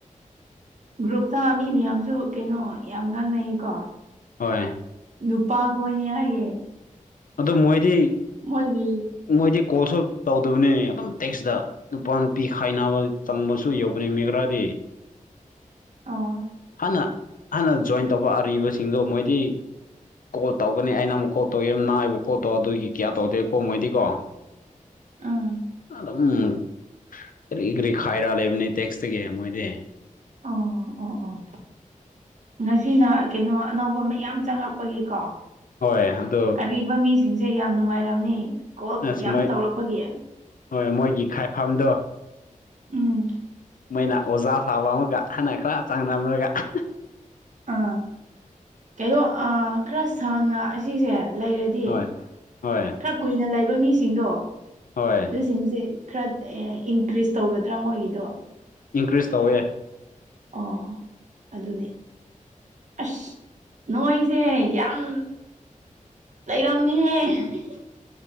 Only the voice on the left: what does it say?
ꯍꯣꯏ
ꯑꯗꯨ ꯃꯣꯏꯗꯤ
ꯃꯣꯏꯗꯤ ꯀꯣꯜꯁꯨ ꯇꯧꯗꯕꯅꯤ ꯑꯗꯨꯝ ꯇꯦꯛꯁꯗ ꯅꯨꯄꯥ ꯅꯨꯄꯤ ꯈꯥꯏꯅꯕ ꯆꯪꯕꯁꯨ ꯌꯧꯕꯅꯤ ꯃꯦꯒ꯭ꯔꯥꯗꯤ
ꯍꯅ ꯍꯥꯟꯅ ꯖꯣꯏꯟ ꯇꯧꯕ ꯑꯔꯤꯕꯁꯤꯡꯗꯣ ꯃꯣꯏꯗꯤ ꯀꯣꯜ ꯇꯧꯒꯅꯤ ꯑꯩꯅ ꯑꯃꯨꯛ ꯀꯣꯜ ꯇꯧꯏ ꯅꯥꯏꯕ ꯀꯣꯠꯇꯣ ꯑꯗꯨꯒꯤ ꯀꯌꯥ ꯇꯧꯗꯦꯀꯣ ꯃꯣꯏꯗꯤ ꯀꯣ <unintelligible>
ꯎꯝ ꯀꯔꯤ ꯀꯔꯤ ꯈꯥꯏꯔꯥ ꯂꯩꯕꯅꯤ ꯇꯦꯛꯁꯇꯒꯤ ꯃꯣꯏꯗꯤ <inaudible>
ꯍꯣꯏ ꯑꯗꯣ
ꯑꯁ
ꯃꯣꯏ
ꯍꯣꯏ ꯃꯣꯏꯒꯤ ꯈꯥꯏꯐꯝꯗꯣ
ꯃꯩꯅꯥ ꯑꯣꯖꯥ ꯊꯥꯕ ꯑꯃꯒ ꯍꯅ ꯈꯔ ꯆꯥꯡ <unintelligible>
ꯍꯣꯏ ꯍꯣꯏ
ꯍꯣꯏ
ꯏꯟꯀ꯭ꯔꯤꯁ ꯇꯧꯋꯦ